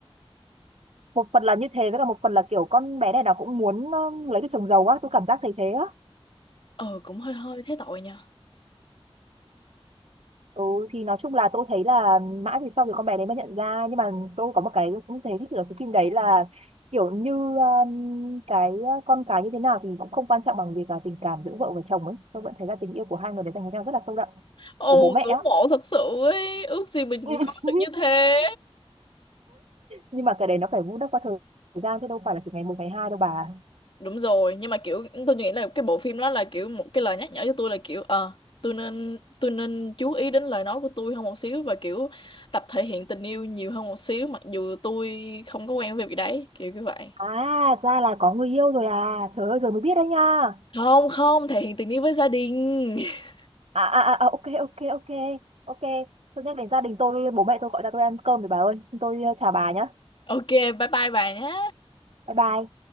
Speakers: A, on the right; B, on the left.
A: một phần là như thế với cả một phần là kiểu con bé này nó cũng muốn ờ, lấy cái chồng giàu á tôi cảm giác thấy thế á
B: Ờ cũng hơi hơi thế tội nha.
A: Ừ thì nói chung là tôi thấy là mãi thì sau thì con bé đấy mới nhận ra nhưng mà tôi có một cái cũng thấy thích ở cái phim đấy là kiểu như um, cái ờ, con cái như thế nào thì cũng không quan trọng bằng việc là tình cảm giữa vợ và chồng ấy tôi vẫn thấy là tình yêu của hai người đấy dành cho nhau rất là sâu đậm
B: Ồ
A: của bố mẹ
B: ngưỡng
A: á
B: mộ thật sự ấy, ước gì mình
A: <laughs>
B: cũng có được như thế.
A: nhưng mà cái đấy nó phải vun đắp qua thời gian chứ đâu phải là từ ngày một ngày hai đâu bà
B: Đúng rồi, nhưng mà kiểu tôi nghĩ là cái bộ phim đó là kiểu một cái lời nhắc nhở cho tôi là kiểu ờ tôi nên tôi nên chú ý đến lời nói của tôi hơn một xíu và kiểu tập thể hiện tình yêu nhiều hơn một xíu mặc dù tôi không có quen với việc đấy, kiểu như vậy.
A: à ra là có người yêu rồi à trời ơi giờ mới biết đấy nha
B: Không không, thể hiện tình yêu với gia đình. <laughs>
A: à à à à, ok ok ok ok tôi nhắc đến gia đình tôi bố mẹ tôi gọi ra tôi ăn cơm rồi bà ơi tôi ờ, chào bà nhá
B: Ok, bye bye bà nhé.
A: bye bye